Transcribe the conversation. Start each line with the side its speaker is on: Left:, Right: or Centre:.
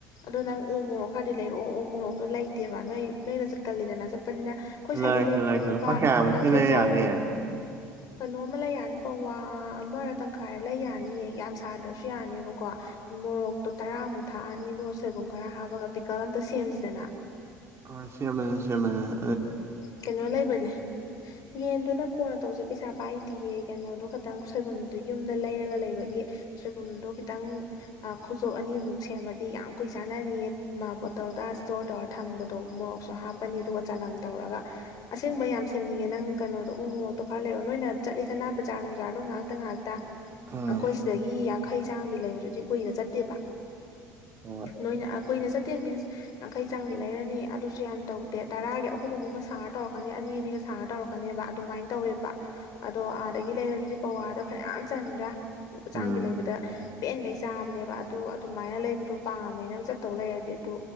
Left: ꯑꯗꯣ ꯅꯪ ꯎ ꯃꯣꯔꯣꯛ ꯈꯔꯗꯤ ꯂꯩꯔꯛꯑꯣ ꯎ ꯃꯣꯔꯣꯛꯇꯣ ꯂꯩꯇꯦꯕ ꯅꯣꯏ ꯅꯣꯏꯅ ꯆꯠꯀꯜꯂꯤꯗꯅ ꯆꯠꯄꯅꯤꯅ ꯑꯩꯈꯣꯏ ꯁꯥꯏꯗꯩ
Right: ꯂꯩꯔꯁꯤ
Left: ꯂꯩꯕꯕꯁꯤ
Right: ꯂꯩꯔꯁꯤ
Left: ꯂꯨꯄꯥ
Right: ꯀꯌꯥꯃꯨꯛꯀꯤ
Left: ꯌꯥꯡꯈꯩ
Right: ꯂꯩ
Left: ꯆꯥꯡ
Right: ꯌꯥꯅꯤ
Left: ꯀꯩꯅꯣ ꯑꯃ ꯂꯩ ꯌꯥꯅꯤ ꯄꯋꯥ ꯑꯃꯔ ꯇꯪꯈꯥꯏꯔ ꯂꯩ ꯌꯥꯅꯤꯌꯦ ꯌꯥꯝ ꯁꯥꯗ꯭ꯔꯁꯨ ꯌꯥꯅꯤꯕꯀꯣ ꯃꯣꯔꯣꯛꯇꯣ ꯇꯔꯥꯃꯨꯛ ꯊꯥꯛꯑꯅꯤ ꯑꯗꯨꯒ ꯁꯣꯏꯕꯨꯝ ꯈꯔ ꯍꯥꯞꯄꯒ ꯄꯤꯀꯜ ꯑꯝꯇ ꯁꯦꯝꯁꯤꯗꯅ
Right: ꯍꯣꯏ ꯁꯦꯝꯃꯅꯤꯦ ꯁꯦꯝꯃꯅꯤꯦ
Left: ꯀꯩꯅꯣꯂ ꯏꯕꯅꯤ ꯌꯦꯟꯗꯨꯅ ꯀꯣꯟꯅ ꯇꯧꯁꯦ ꯄꯩꯁꯥ ꯄꯥꯏꯗꯤꯌꯦ ꯀꯩꯅꯣꯗꯣ ꯈꯇꯪ ꯁꯣꯏꯕꯨꯝꯗꯨ ꯌꯨꯝꯗ ꯂꯩꯔꯒ ꯂꯩꯕꯒꯤ ꯁꯣꯏꯕꯨꯝꯗꯣ ꯈꯤꯇꯪ ꯈꯨꯖꯣꯞ ꯑꯅꯤꯃꯨꯛ ꯁꯦꯝꯃꯗꯤ ꯌꯥꯝ ꯀꯨꯏ ꯆꯥꯅꯅꯤꯌꯦ ꯃꯥ ꯕꯣꯇꯜꯗ ꯏꯁꯇꯣꯔ ꯇꯧꯔ ꯊꯝꯕꯗꯣ ꯃꯣꯔꯣꯛꯁꯨ ꯍꯥꯞꯄꯅꯤ ꯑꯗꯨꯒ ꯆꯅꯝ ꯇꯧꯔꯒ ꯑꯁꯦꯡꯕ ꯌꯥꯝ ꯁꯦꯝꯅꯤꯡꯉꯦ ꯅꯪ ꯀꯩꯅꯣꯗꯣ ꯎ ꯃꯣꯔꯣꯛꯇꯣ ꯈꯔ ꯂꯩꯔꯣ ꯅꯣꯏꯅ ꯆꯠꯂꯤꯗꯅ ꯕꯖꯥꯔ ꯅꯨꯡꯥꯗꯣ ꯉꯥꯏꯥꯛꯇ ꯉꯥꯏꯥꯛꯇ
Right: ꯎꯝ
Left: ꯑꯩꯈꯣꯏ ꯁꯤꯗꯒꯤ ꯌꯥꯡꯈꯩ ꯆꯥꯝꯒꯤ ꯂꯩꯕꯗꯨꯗꯤ ꯀꯨꯏꯅ ꯆꯠꯇꯦꯕ
Right: ꯍꯣꯏ
Left: ꯅꯣꯏꯅ ꯀꯨꯏꯅ ꯆꯠꯇꯦ ꯃꯤꯟꯁ ꯌꯥꯡꯈꯩ ꯆꯥꯡꯝꯒꯤ ꯂꯩꯔꯅꯤ ꯑꯗꯨꯁꯨ ꯌꯥꯝ ꯇꯧꯗꯦ ꯇꯔꯥꯒꯤ ꯑꯨꯝ ꯑꯍꯨꯝ ꯑꯍꯨꯝꯒ ꯁꯥꯔ ꯇꯧꯔꯛꯀꯅꯤ ꯑꯅꯤ ꯑꯅꯤꯒ ꯁꯥꯔ ꯇꯧꯔꯛꯀꯅꯦꯕ ꯑꯗꯨꯃꯥꯏꯅ ꯇꯧꯋꯦꯕ ꯑꯗꯣ ꯑꯥꯗꯒꯤ ꯂꯩꯔ ꯑꯗꯨꯗꯤ ꯄꯋꯥꯗ ꯐꯅꯌꯥꯝ ꯆꯟꯗ꯭ꯔꯥ ꯂꯨꯄꯥ ꯆꯥꯝꯒꯤ
Right: ꯎꯝ
Left: ꯂꯩꯕꯗ ꯄꯦꯟꯈꯩ ꯆꯥꯕꯅꯦꯕ ꯑꯗꯨ ꯑꯗꯨꯃꯥꯏꯅ ꯂꯩꯕꯗꯣ ꯄꯥꯝꯃꯦ ꯅꯪ ꯆꯠꯇꯧ ꯂꯩꯔꯗꯤ ꯑꯗꯨ